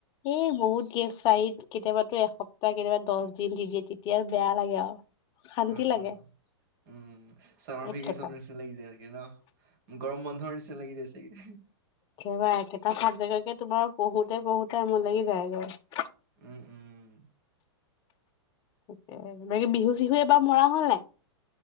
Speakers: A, on the left; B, on the right.
A: এই বহুত গেছ চাৰিত কেতিয়াবাতো এসপ্তাহ কেতিয়াবা দহ দিন দি দিয়ে তেতিয়া আৰু বেয়া লাগে আৰু শান্তি
B: অ
A: লাগে।
B: অ উম চামাৰ
A: একেটা
B: ভেকেশচনৰ নিচিনা লাগি যায় চাগে, ন গৰম বন্ধৰ নিচিনা লাগি যায় চাগে। উম।।
A: সবােটা থাত জেগাকে তোমাৰ, পঢ়ো পঢ়োতে আমনি লাগি যায় গে।
B: উম উম উম।।
A: ঠিকে মনেকে বিহু চিহু এবাৰ মৰা হ'ল নাই